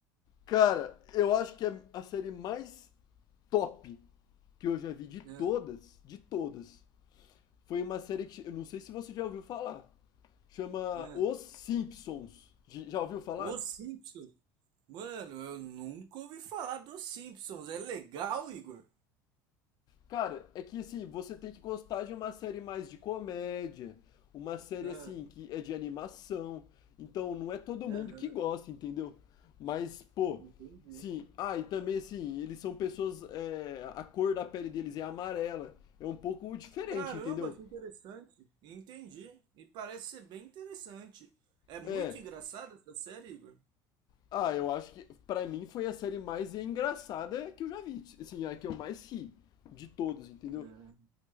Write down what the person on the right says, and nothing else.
Ah,
ah.
Os Simpsons? Mano, eu nunca ouvi falar dos Simpsons. É legal, Igor?
Ah,
aham,
entendi.
Caramba,
que interessante. Entendi. E parece ser bem interessante. É muito
engraçada essa série, Igor?
Ah,